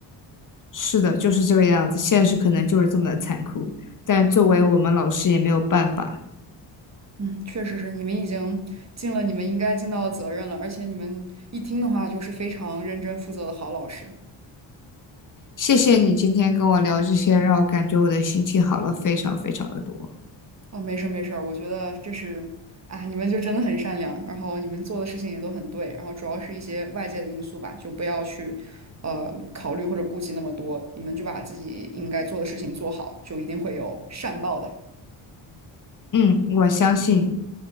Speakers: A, on the left (about 40°); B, on the right (about 35°).
A: 是的，就是这个样子，现实可能就是这么的残酷，但作为我们老师也没有办法。
B: 嗯，确实是，你们已经尽了你们应该尽到的责任了，而且你们一听的话就是非常认真负责的好老师。
A: 谢谢你今天跟我聊这些，让我感觉我的心情好了非常非常的多。
B: 哦，没事儿没事儿，我觉得这是，啊，你们就真的很善良，然后你们做的事情也都很对，然后主要是一些外界的因素吧，就不要去，呃，考虑或者顾及那么多，你们就把自己应该做的事情做好，就一定会有善报的。
A: 嗯，我相信。